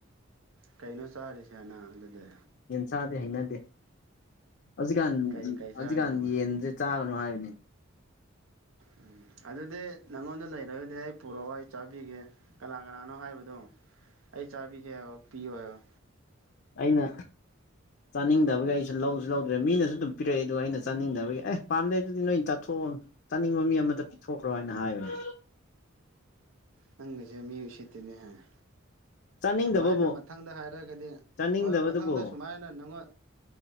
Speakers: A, on the right; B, on the left.
A: ꯀꯩꯅꯣ ꯆꯥꯔꯤꯁꯦ ꯅꯪ ꯑꯗꯨꯗꯤ
B: ꯆꯥꯗ‌ꯦ ꯍꯩꯅꯗꯦ ꯍꯧꯖꯤꯛꯀꯥꯟ
A: ꯀꯩ ꯀꯩ ꯆꯥꯔꯤꯅꯣꯕ
B: ꯍꯧꯖꯤꯛꯀꯥꯟ ꯌꯦꯟꯁꯦ ꯆꯥꯒꯅꯨ ꯍꯥꯏꯕꯅꯤ
A: ꯎꯝ ꯑꯗꯨꯗꯤ ꯅꯪꯉꯣꯟꯗ ꯂꯩꯔꯒꯗꯤ ꯑꯩ ꯄꯨꯔꯛꯑꯣ ꯑꯩ ꯆꯥꯕꯤꯒꯦ ꯀꯅꯥ ꯀꯅꯥꯅꯣ ꯍꯥꯏꯕꯗꯣ ꯗ‌ꯣ ꯑꯩ ꯆꯥꯕꯤꯒ‌ꯦ ꯌ‌ꯣ ꯄꯤꯌ‌ꯣ ꯍꯥꯏꯌ‌ꯣ
B: ꯑꯩꯅ ꯆꯥꯅꯤꯡꯗꯕꯒꯤ ꯑꯩꯁꯨ ꯂꯧꯁꯨ ꯂꯧꯗ꯭ꯔꯦ ꯃꯤꯅꯁꯨ ꯑꯗꯨꯝ ꯄꯤꯔꯛꯏ ꯑꯗꯨꯒ ꯑꯩꯅ ꯆꯥꯅꯤꯡꯗꯕꯒꯤ ꯑꯦ ꯄꯥꯝꯗ‌ꯦ ꯗꯨꯗꯤ ꯅꯣꯏꯅ ꯆꯥꯊꯣꯛ ꯑꯣ ꯆꯥꯅꯤꯡꯕ ꯃꯤ ꯑꯃꯗ ꯄꯤꯊꯣꯛꯈ꯭ꯔꯣ ꯍꯥꯏꯅ ꯍꯥꯏꯕꯅꯦ
A: ꯅꯪꯒꯤꯁꯦ ꯃꯤ ꯎꯁꯤꯠꯇ‌ꯦꯅꯦꯍ‌ꯦ
B: ꯆꯥꯅꯤꯡꯗꯕꯕꯨ
A: ꯁꯨꯃꯥꯏꯅ ꯃꯊꯪꯗ ꯍꯥꯏꯔꯒꯗꯤ
B: ꯆꯥꯅꯤꯡꯗꯕꯗꯨꯕꯨ
A: ꯍꯣꯏ ꯃꯊꯪꯗ ꯁꯨꯃꯥꯏꯅ ꯅꯪꯉ‌ꯣ